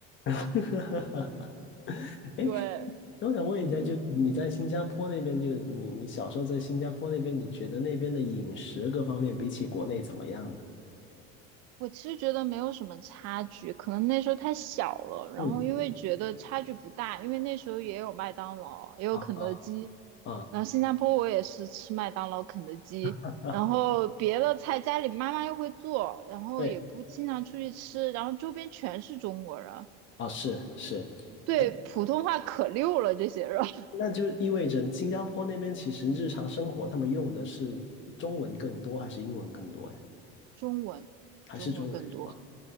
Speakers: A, on the left (about 40°); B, on the right (about 60°).
A: <laughs> 哎
B: <laughs> 对，
A: 那我想问一下，
B: 嗯。
A: 就是你在新加坡那边，就是你你小时候在新加坡那边，你觉得那边的饮食各方面比起国内怎么样呢？
B: 我其实觉得没有什么差距，可能那时候太小了，然后因为觉得差距不大，
A: 嗯
B: 因为那时候也有麦当劳，也有肯德基，
A: 啊啊
B: 然后新加坡我也是吃麦当劳、肯德基，
A: 啊，
B: 然后别的菜家里妈妈又会做，然后也不经常出去吃，
A: 对，
B: 然后周边全是中国人，
A: 哦是是，
B: 对普通话可溜了这些人，
A: 哎，
B: <laughs>
A: 那就意味着新加坡那边其实日常生活他们用的是中文更多还是英文更多呀？
B: 中文，
A: 还是中文是吗？
B: 中文更多。